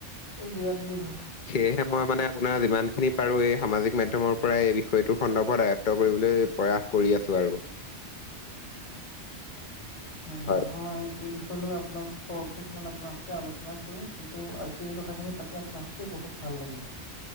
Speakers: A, on the left; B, on the left.
A: এই ইয়াত দি থৈছো
B: সেয়হে মই মানে আপোনাৰ যিমান খিনি পাৰো, এই সামাজিক মধ্যয়মৰ পৰা এই বিষয়টো সন্দৰ্ভত আয়ত্ব কৰিবলৈ
A: <inaudible>
B: প্ৰয়াস কৰি আছো আৰু।
A: বিষয়
B: হয়,
A: লৈ আপোনাৰ পৰৱৰ্তী সময়ত আপোনাৰ সৈতে আলোচনা কৰিম কিন্তু কিন্তু আজি এই কথা খিনি পাতি আপোনাৰ সতে বহুত ভাল লাগিলে।